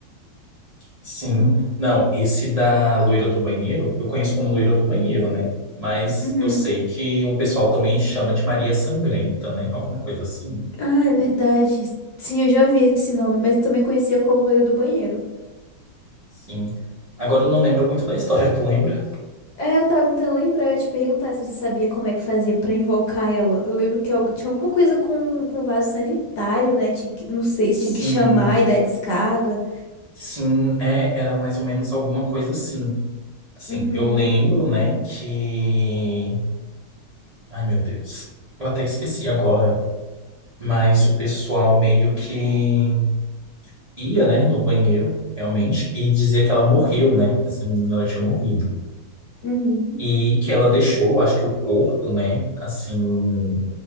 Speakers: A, on the right (about 65°); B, on the left (about 60°).
A: sim. Não, esse da loira do banheiro, eu conheço como loira do banheiro, né? Mas
B: Uhum.
A: eu sei que um pessoal também chama de Maria Sangrenta, né? Alguma coisa assim.
B: Ah, é verdade. Sim, eu já vi esse nome, mas eu também conhecia como loira do banheiro.
A: Sim. Agora eu não lembro muito da história, <laughs> tu lembra?
B: É, eu tava tentando lembrar, eu te perguntar se você sabia como é que fazia pra invocar ela. Eu lembro que algo- tinha alguma coisa com, com vaso sanitário, né? Tinha que- não sei se
A: Sim,
B: tinha que chamar e dar descarga.
A: sim, é, era mais ou menos alguma coisa assim. Assim,
B: Uhum,
A: eu lembro, né, que... Ai, meu Deus. Eu até esqueci agora. Mas o pessoal meio que ia, né, no banheiro, realmente, e dizia que ela morreu, né? Essa menina ela tinha morrido.
B: uhum.
A: E que ela deixou, acho que o corpo, né, assim,